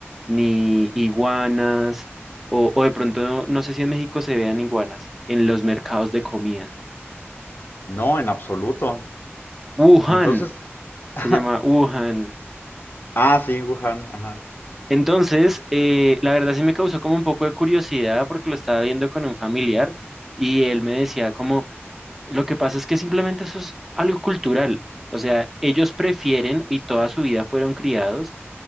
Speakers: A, in the centre; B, on the left.
A: ni iguanas, o, o de pronto, no sé si en México se vean iguanas, en los mercados de comida.
B: No, en absoluto.
A: Wuhan,
B: Entonces, <laughs>
A: se llama Wuhan.
B: ah, sí, Wuhan, ajá.
A: Entonces, eh, la verdad sí me causó como un poco de curiosidad porque lo estaba viendo con un familiar y él me decía como, lo que pasa es que simplemente eso es algo cultural. O sea, ellos prefieren y toda su vida fueron criados